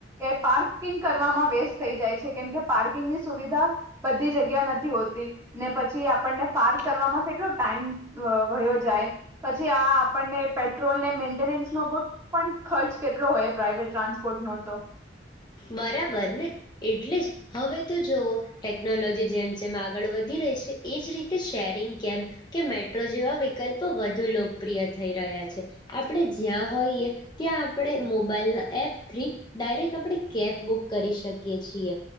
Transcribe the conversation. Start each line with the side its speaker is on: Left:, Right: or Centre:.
Right: એ પાર્કિંગ કરવામાં વેસ્ટ થઈ જાય છે કેમ કે પાર્કિંગની સુવિધા, બધી જગ્યા નથી, હોતી ને પછી આપણને પાર્ક કરવામાં કેટલો ટાઈમ વયો જાય, પછી આ આપણને પેટ્રોલને મેન્ટેનન્સ નો પણ ખર્ચ કેટલો હોય પ્રાઈવેટ ટ્રાન્સપોર્ટ ન તો.
Left: બરાબર ને, એટલે જ હવે તો જોવઓ ટેકનોલોજી જેમ જેમ આગળ વધી રહી છે એજ રીતે શેરિંગ કેબ, કે મેટ્રો જેવા વિકલ્પો વધુ લોકપ્રિય થઈ રહ્યા છે, આપણે જ્યાં હોઈએ ત્યાં આપણે મોબાઈલના એપ થથી ડાયરેક્ટ આપણે કેબ બુક કરી શકીએ છીએ,